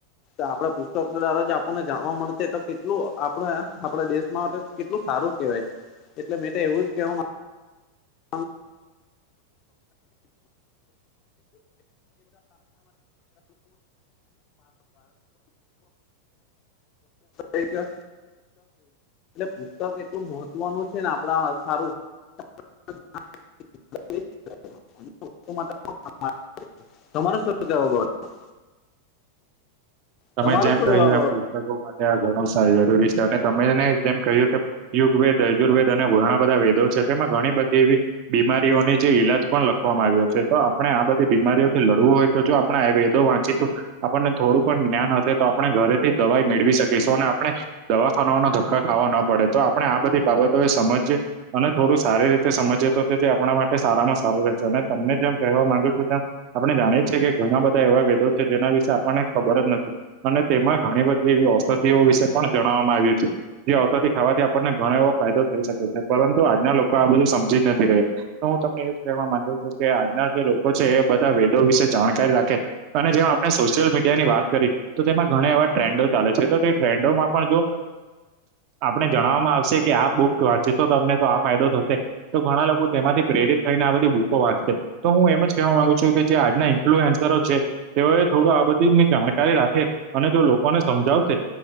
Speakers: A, on the left; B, on the right.
A: આપણે પુસ્તકો દ્વારા જે આપણને જાણવા મળતે તો કેટલું આપણે આપડા દેશ માટે કેટલું સારું કેવાય એટલે મે તો એવું જ કેવા - <inaudible> <inaudible> <unintelligible> એટલે પુસ્તક એટલું મહત્વનું છે ને આપડા સારું- <inaudible> <unintelligible> તમારે
B: તમે જેમ
A: શું
B: કહ્યું
A: કેવા
B: એમ પુસ્તકો માટે આ ઘણું જરૂરી છે અને તમેને જેમ કહ્યું કે- યુગવેેદ યુર્વેદ અને ઘણા બધા વેદો છે તેમાં ઘણી બધી એવી- બીમારીઓની જે ઈલાજ પણ લખવામાં આવ્યો છે તો આપણે આ બધી બીમારીઓથી લડવું હોય- તો જો આપણે આયુર્વેદો વાંચીએ તો આપણને થોડુંક- પણ જ્ઞાન હશે તો આપણે ઘરેથી દવાઈ મેળવી શકીશું અને આપણે દવાખાનાના ધક્કા ખાવા ન પડે તો આપણે આ બધી બાબતો ને સમજીએ અને થોડું સારી રીતે સમજીએ તો તે આપણા માટે સારામાં સારું રહે જેમને ગમે તેમ કહેવા માગીએ તેમ આપણે જાણીએ છીએ કે ઘણા બધા એવા વેદો છે જેના વિશેે આપણને ખબર જ નથી. અને તેમાં ઘણી બધી એવી ઔષધિઓ વિશે પણ જણાવવામાં આવ્યું છે. જે અવસથી ખાવાથી આપણને ઘણો એવો ફાયદો થઈ શકે છે પરંતુ આજના લોકો આ બધું સમજી જ નથી રહ્યા. તો હું તમને એવજ કહેવા માંગુ છું કે આજના જે લોકો છે એ બધા વેદો વિશે જાણકારી રાખે અને જેમ આપણે સોશિયલ મી ની વાત કરી તો તેમાં ઘણા એવા ટ્રેન્ડો ચાલે છે તો તે ટ્રેન્ડોમાં પણ જો આપણે જણાવવામાં આવશે કે આ બુક વાંચએ તો તમને આ ફાયદો થશે. તો ઘણા લોકો તેમાંથી પ્રેરિત થઈને આ બધી બુકો વાંચશે. તો હું એમ જ કહેવા માંગુ છું કે જે આજના ઇન્ફ્લુએન્ઝરો છે તેઓએ થોડું આ બધું ની જાણકારી રાખે અને જો લોકોને સમજાવશે